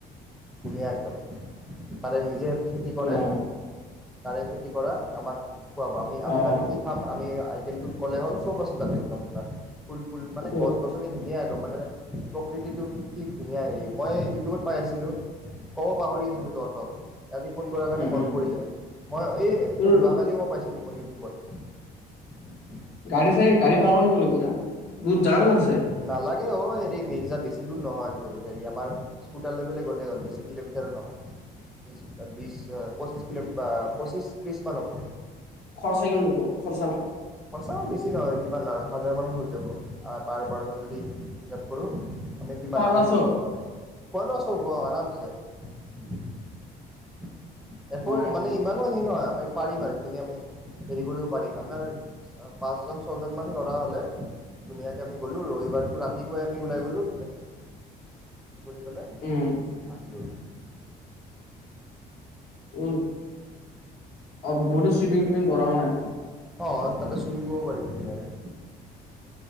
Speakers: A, in the centre; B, on the left (about 75°).
A: ধুনীয়া একদম তাৰে নিজে।। খেতি কৰে।
B: অ
A: তাৰে খেতি কৰা আমাক। খোৱাব আমি আমি
B: অ
A: মানে কি খাম আমি।। কিন্তু কলে হ'ল, চব আছে তাতে একদম পুৰা। ফুল ফুল মানে
B: সেইটো
A: গছ গছনি ধুনীয়া।। একদম মানে প্ৰকৃতিটো। কি ধুনীয়া হেৰি মই ইউটিউবত পাই আছিলোঁ। ক'ব পাহৰি আছিলোঁ তহঁতক। আজি ফোন কৰাৰ কাৰণে
B: উম
A: মনত
B: উম
A: পৰিলে। মই এই এইটো
B: তোৰ
A: যোৱাকালি মই পাইছিলোঁ মই। ইউটুবত।
B: গাড়ী চাড়ী গাড়ী ভাড়া কৰি নিব।। লাগিব না দূৰ জাগাটো ক'ত আছে
A: নালাগে অ হেৰি মিৰ্জা বেছি।। বেছি দূৰ নহয় টোৰ হেৰি আমাৰ স্কুটাৰ লৈ পেলাই গ'লেই হ'ল। বেছি কিলোমিটাৰো নহয়। বি বিশ পঁচিছ কিলো পঁচিছ ত্ৰিছ মান হ'ব।
B: খৰচা কিমান ল'ব খৰচা
A: পইচাও বেছি নহয় কিমান ধৰা।। হাজাৰমানত হৈ যাব আ, পাৰ পাৰ্চন যদি হিচাপ কৰোঁ। আমি কিমান
B: খোৱা লোৱা
A: আমি
B: চব
A: খোৱালোৱা চব অ আৰামছে। ছয় <inaudible> এপোৰ
B: অ
A: মানে ইমানো হি নহয় <inaudible> পাৰিম বাৰো সেইখিনি হেৰি কৰিব পাৰিম আপোনাৰ পাঁচজন ছজনান ল'ৰা হলে ধুনীয়াক আমি গ'লো ৰবিবাৰটো ৰাতিপুৱাইি গলে হিলে
B: উম
A: আহিলো।
B: উম, <unintelligible> টিপিং, টিপিং কৰাও নাই
A: অ', তাতে চুইমিং কৰিব পাৰিবি ধুনীয়াকে